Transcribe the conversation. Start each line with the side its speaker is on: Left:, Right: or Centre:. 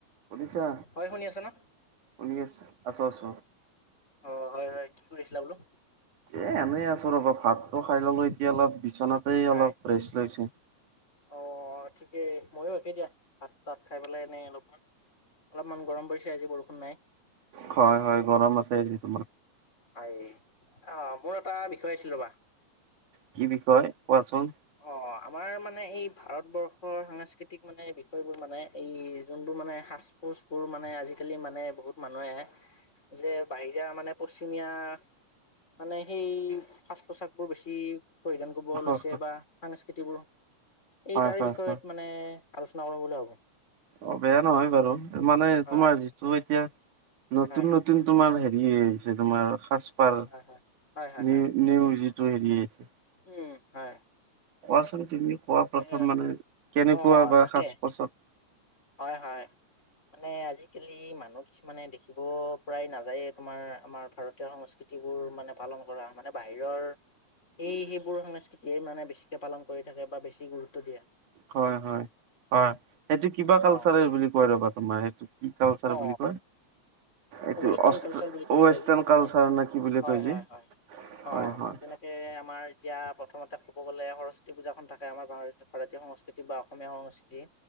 Right: শুনিছা?
Left: হয় শুনি আছা ন
Right: শুনি আছো, আছো আছো।
Left: অ' হয় হয়, কি কৰিছিলা বোলো?
Right: এ এনেই আছো, ৰ'বা! ভাতটো খাই ললো এতিয়া অলপ বিচনাতে
Left: হয়
Right: অলপ ৰেষ্ট লৈছো।
Left: অ' ঠিকেই। ময়ো একে দিয়া ভাত তাত খাই পেলাই এনেই অলপমান। অলপমান গৰম পৰিছে, আজি বৰষুণ নাই।
Right: হয় হয়, গৰম আছে যে তোমাৰ।
Left: হয়, অ' মোৰ এটা বিষয় আছিল ৰ'বা!
Right: কি বিষয়? কোৱাচোন?
Left: অ' আমাৰ মানে এই ভাৰতবৰ্ষ সাংস্কৃতিক মানে বিষয়বোৰ মানে এই যোনবোৰ মানে সাজ-পোছবোৰ মানে আজিকালি মানে, বহুত মানুহে, যে বাহিৰা মানে পশ্চিমীয়া মানে সেই সাজ-পোছাক বোৰ বেছি। পৰিধান কৰিব
Right: হয়
Left: লৈছে
Right: হয়
Left: বা সাংস্কৃতিবোৰ এই
Right: হয়
Left: তাৰে
Right: হয়।
Left: বিষয়ত
Right: হয়।
Left: মানে আলোচনা কৰোঁ বুলি ভাবোঁ।
Right: অ' বেয়া নহয় বাৰু মানে
Left: হয়
Right: তোমাৰ যিটো এতিয়া নতুন
Left: হয়।
Right: নতুন তোমাৰ হেৰি আহিছে। তোমাৰ সাজপাৰ
Left: হয় হয় হয় হয় হয়।
Right: নি নিউজে টো হেৰি আছে।
Left: উম, হয়।
Right: কোৱাচোন তুমি কোৱা প্ৰথম
Left: এ
Right: মানে কেনেকুৱা
Left: অ
Right: বা
Left: তাকে
Right: সাজ পাচত
Left: হয়, হয়। মানে আজিকালি মানুহ কিছুমানে দেখিব প্ৰায় নাযায়ে। তোমাৰ আমাৰ ভাৰতীয় সংস্কৃতি বোৰ মানে পালন কৰা মানে বাহিৰৰ এই সেইবোৰ সংস্কৃতিয়ে মানে বেছিকে পালন কৰি থাকে বা বেছি গুৰুত্ব দিয়ে।
Right: হয়, হয়, হয় হেইটো কিবা কালচাৰে
Left: অ
Right: বুলি কয় ৰবা তোমাৰ কি কালচাৰ
Left: অ
Right: বুলি কয়? এইটো
Left: ৱেষ্টাৰ্ণ
Right: অষ্ট
Left: কালচাৰ বুলি কয়
Right: ৱেষ্টাৰ্ণ
Left: ইংৰাজীত
Right: কালচাৰ নে কি বুলি
Left: হয়
Right: কয়
Left: হয়
Right: যে
Left: হয়। অ'
Right: হয় হয়
Left: যেনেকে আমাৰ এতিয়া প্ৰথমতে ক'ব গ'লে সৰস্বতী পূজাখন থাকে। আমাৰ ভাৰতীয় সংস্কৃতি বা অসমীয়া সংস্কৃতি